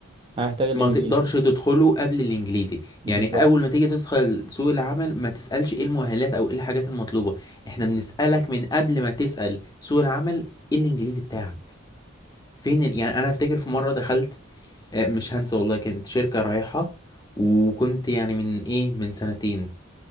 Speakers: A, on the right; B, on the left.
A: هيحتاج الانجليزي
B: ما تقدرش تدخله قبل الإنجليزي
A: بالظبط
B: يعني أول ما تيجي تدخل سوق العمل ما تسألش إيه المؤهلات أو إيه الحاجات المطلوبة إحنا بنسألك من قبل ما تسأل سوق العمل إيه الإنجليزي بتاعك فين ال... يعني أنا أفتكر في مرة دخلت آه، مش هنسى والله كانت شركة رايحة وكنت يعني من إيه من سنتين